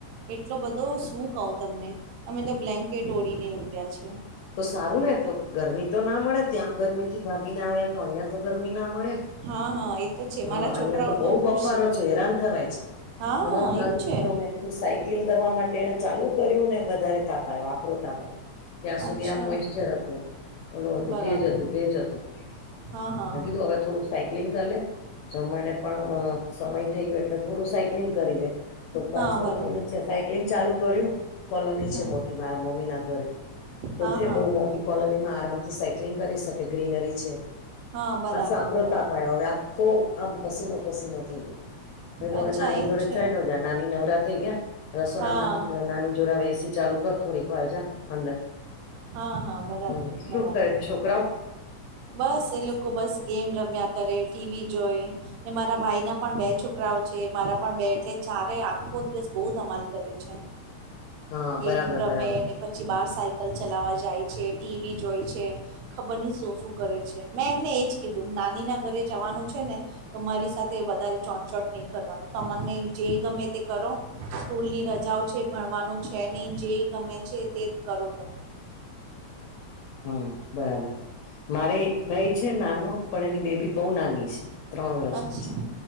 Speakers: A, on the right (about 75°); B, on the left (about 75°).
A: એટલો બધો શું કહું તમને અમે તો બ્લેન્કેટ ઓઢિને ઉભયા છે.
B: તો સારું ને તો, ગરમી તો ના મળે, ત્યાં ગરમીથી ભાગીને આવ્યા તો અહિયાં તો ગરમી ના મળે.
A: હા હા એ તો છે
B: હા,
A: મારા
B: અહિયાં
A: છોકરાઓ
B: તો બહુ
A: ખુશ
B: બફારો છે, હેરાન થવાય છે.
A: હા
B: હમણાં જ મારો
A: એવું
B: દીકરો
A: છે
B: મેં સાયકલિંગ કરવા માટે એને ચાલુ કર્યું ને વધારે તાપ આવો આકરો તાપ આવ્યો ત્યાં સુધી
A: અચ્છા
B: મોઇસચર હતું ઓલું હતું
A: બરાબર
B: ભેજ હતું ભેજ હતું
A: હા હા
B: મે કીધું હ થોડું સાયક્લિંગ કરી લે જમવાને પણ સમય થઈ ગયો એટલે થોડુ કલિન કરી લે. તો પાછું
A: હા બરાબર
B: હજી એણે છે સાયક્લિંગ ચાલુ કર્યું, કોલોની
A: હા
B: છે મોટી મારા મમ્મીના ઘરે. તો
A: હા
B: છે
A: હા
B: બહુ મોટી કોલોનીમાં આરામથી સાઈક્લિંગ કરી શકે, ગ્રીનરી છે.
A: હા, બરાબર-બરાબર.
B: પાછો <unintelligible> હવે આખો આમ પસીનો-પસીનો થઈ ગયો. મે કીધું તો
A: અચ્છા
B: હવે નાની
A: એવું
B: જોડે
A: છે
B: ચાયલો જા. નાની નવરા થઈ ગયા રસોડામાંથી,
A: હા
B: નાની જોડે હવે એ સી ચાલુ કર, થોડીકવાર જા અંદર.
A: હા, હા. બરાબર
B: હમ્મ. શું
A: બરાબર
B: કરે છ છોકરાવ?
A: બસ એ લોકો બસ લોકો ગેમ રમ્યા કરે, ટી વી જોવે ને મારા ભાઈના પણ બે છોકરાઓ છે, મારા પણ બે એટલે ચારેય આખો દિવસ બહુ ધમાલ કરે છે.
B: હા
A: ગેમ
B: બરાબર
A: રમે,
B: બરાબર
A: ને પછી બાર સાયકલ ચલાવા જાય છે, ટી વી જોઈ છે. ખબર નહીં શું-શું કરે છે. મેં એમને એજ કીધું નાની ના ઘરે જવાનું છે ને તો મારી સાથે વધારે ચોટચોટ નહીં કરવાનું, તમને જે ગમે તે કરો સ્કૂલની રજાઓ છે, ભણવાનું છે નહીં, જે ગમે છે તે જ કરો તમે.
B: હમ્મ, બરાબર. મારે
A: હમ્મ,
B: એક ભાઈ છે નાનો, પણ એની બેબી બહુ નાની છે. ત્રણ વર્ષની
A: અચ્છા.
B: છે.